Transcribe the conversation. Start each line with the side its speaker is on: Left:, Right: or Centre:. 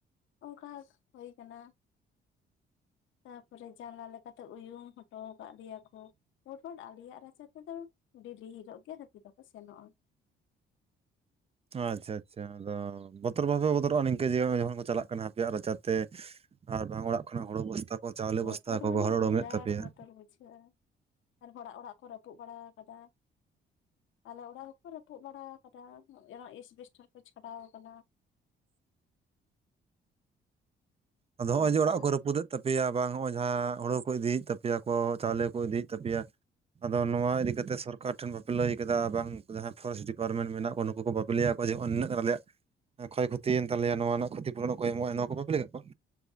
Left: ᱚᱱᱠᱟ ᱦᱩᱭ ᱠᱟᱱᱟ ᱛᱟᱯᱚᱨᱮ ᱡᱟᱱᱟᱞᱟ ᱞᱮᱠᱟᱛᱮ ᱩᱭᱩᱝ ᱦᱚᱴᱚ ᱟᱠᱟᱫ ᱞᱮᱭᱟ ᱠᱚ ᱯᱚᱴᱚᱞ ᱟᱞᱮᱭᱟᱜ ᱨᱟᱪᱟ ᱛᱮᱫᱚ ᱰᱮᱨᱤ ᱦᱤᱞᱳᱜ ᱜᱮ ᱦᱟᱹᱛᱤ ᱫᱚᱠᱚ ᱥᱮᱱᱚᱜᱼᱟ
Right: ᱟᱪᱷᱟ- ᱟᱪᱷᱟ ᱟᱫᱚ ᱵᱚᱛᱚᱨ ᱵᱟᱯᱮ ᱵᱚᱛᱚᱨᱚᱜᱼᱟ ᱱᱤᱝᱠᱟᱹ ᱡᱮ ᱡᱚᱠᱷᱚᱱ ᱠᱚ ᱪᱟᱞᱟᱜ ᱠᱟᱱᱟ ᱟᱯᱮᱭᱟᱜ ᱨᱟᱪᱟᱛᱮ ᱟᱨ ᱵᱟᱝ ᱚᱲᱟᱜ ᱠᱷᱚᱱᱟᱜ ᱦᱳᱲᱳ ᱵᱚᱥᱛᱟ ᱠᱚ ᱪᱟᱣᱞᱮ
Left: ᱵᱚᱛᱚᱨ
Right: ᱵᱚᱥᱛᱟ ᱠᱚ
Left: ᱢᱟᱱᱮ
Right: ᱜᱚᱦᱚᱲ ᱩᱰᱚᱝᱮᱫ
Left: ᱵᱤᱨᱟᱴ
Right: ᱛᱟᱯᱮᱭᱟ
Left: ᱵᱚᱛᱚᱨ ᱵᱩᱡᱷᱟᱹᱜᱼᱟ᱾ ᱟᱨ ᱦᱚᱲᱟᱜ ᱚᱲᱟᱜ ᱠᱚ ᱨᱟᱹᱯᱩᱫ ᱵᱟᱲᱟ ᱟᱠᱟᱫᱟ᱾ ᱟᱞᱮ ᱚᱲᱟᱜ ᱦᱚᱸᱠᱚ ᱨᱟᱹᱯᱩᱫ ᱵᱟᱲᱟ ᱟᱠᱟᱫᱟ ᱮ ᱤᱥᱵᱮᱥᱴᱟᱨ ᱠᱚ ᱪᱷᱟᱰᱟᱣ ᱟᱠᱟᱱᱟ᱾
Right: ᱟᱫᱚ ᱦᱚᱸᱜᱚᱭ
Left: ᱚᱱᱠᱟ
Right: ᱡᱮ ᱚᱲᱟᱜ ᱠᱚ ᱨᱟᱹᱯᱩᱫᱮᱫᱽ ᱛᱟᱯᱮᱭᱟ ᱵᱟᱝ ᱱᱚᱜᱼᱚᱭ ᱡᱟᱦᱟᱸ ᱦᱳᱲᱳ ᱠᱚ ᱤᱫᱤᱭᱮᱫ ᱛᱟᱯᱮᱭᱟ ᱠᱚ ᱪᱟᱣᱞᱮ ᱠᱚ ᱤᱫᱤᱭᱮᱫ ᱛᱟᱯᱮᱭᱟ᱾ ᱟᱫᱚ ᱱᱚᱣᱟ ᱤᱫᱤᱠᱟ ᱠᱟᱛᱮ ᱥᱚᱨᱠᱟᱨ ᱚᱠᱟ ᱴᱷᱮᱱ ᱵᱟᱯᱮ ᱞᱟᱹᱭ ᱠᱟᱫᱟ ᱵᱟᱝ ᱡᱟᱦᱟᱸᱭ ᱯᱷᱚᱨᱮᱥᱴ ᱰᱤᱯᱟᱨᱴᱢᱮᱱᱴ ᱢᱮᱱᱟᱜ ᱠᱚ ᱱᱩᱠᱩ ᱠᱚ ᱵᱟᱯᱮ ᱞᱟᱹᱭᱟᱠᱚ ᱡᱮᱼ ᱱᱤᱱᱟᱹᱜ ᱜᱟᱱ ᱟᱞᱭᱟᱜ ᱠᱷᱚᱭ ᱠᱷᱩᱛᱤᱭᱮᱱ ᱛᱟᱞᱮᱭᱟ ᱱᱚᱣᱟ ᱨᱮᱱᱟᱜ ᱠᱷᱩᱛᱤ ᱯᱩᱨᱚᱱᱚ ᱚᱠᱚᱭ ᱮᱢᱚᱜᱼᱟ ᱱᱚᱣᱟ ᱠᱚ ᱵᱟᱯᱮ ᱞᱟᱹᱭ ᱠᱟᱫ ᱠᱚᱣᱟ